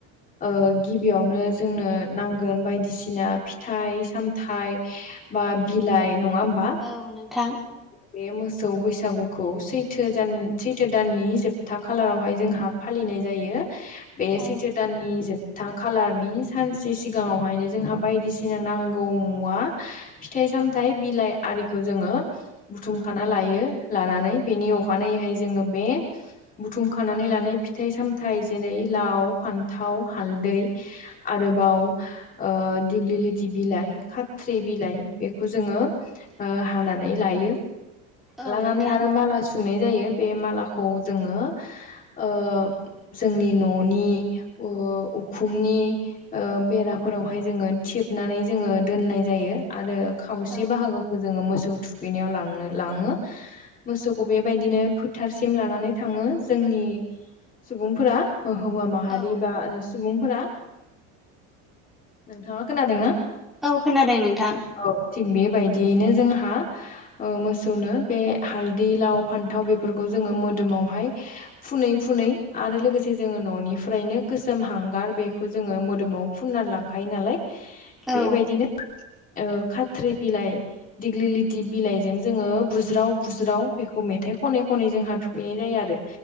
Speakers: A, on the left; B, in the centre.
A: ओ गिबियाव नो जोंनो नांगोन बायदिसिना फिथाइ-सामथाइ बा बिलाइ नङा होमबा
B: औ नोंथां
A: बे मोसो सौ बैसागुखौ सैथो दान सैथो दाननि जोबथा खालारावहाय जोंहा फालिनाय जायो। बे
B: औ
A: सैथो दाननि जोबथा खालारनि सानसे सिगाङावहायनो जोंहा बायदिसि ना नांगौ मुवा फिथाइ-सामथाय बिलाइ आरिखौ जोङो बुथुमखाना लायो। यो लानानै बेनि अखानायैहाय जोङो बे बुथुम खानानै लानाय फिथाइ सामथाइ जेरै लाव, फान्थाव, हालदै आरोबाव ओ दिग्लि लि ति बिलाइ, खाथ्रि बिलाइ बेखौ जोङो ओ हानानै लायो।
B: औ
A: लानानै
B: नोंथां
A: आरो माल सुनै जायो बे मालाखौ जोङो ओ जोंनि न'नि उ ओ उखुमनि ओ बेराफोरावहाय जोङो थेब बनानै जोङो दोननाय जायो आरो खावसे
B: औ
A: बाहागोखौ जोङो मोसौ थुखैनायाव लांनो लाङो मोसौखौ बेबायदिनो फोथारसिम लानानै थाङो जोंनि सुबुंफोरा हौवा माहारि
B: औ
A: बा सुबुंफोरा नोंथाङा खोनादोंना?
B: औ खोनादों नोंथां।
A: औ। थिग बेबायदियैनो जोंहा ओ मोसौनो बे हालदै, लाव, फान्थाव बेफोरखौ जों जोङो मोदोमावहाय फुनै फुनै आरो लोगोसे जोङो न'निफ्रायनो गोसोम हांगार बेखौ जोङो मोदोमाव फुननानै लांखायो नालाय
B: औ
A: बेबायदिनो ओ खाथ्रि बिलाइ, दिग्लिलिथि बिलाइजों जोङो बुज्राव बुज्राव बेखौ मे मेथाइ खनै खनै जोंहा थुुखैनाय जायो आरो